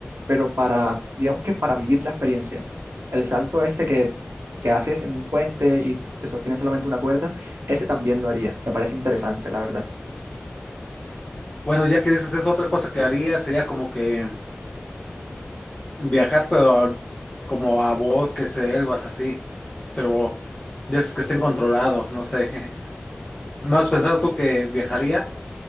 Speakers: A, on the right; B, on the left.
A: pero para, digamos que para vivir la experiencia. El salto este que, que haces en un puente y te sostiene solamente una cuerda, ese también lo haría. Me parece interesante, la verdad.
B: Bueno, ya que dices eso, otra cosa que haría sería como que viajar, pero a- como a bosques, selvas, así. Pero de esos que estén controlados, no sé. <laughs> ¿No has pensado tú que viajarías?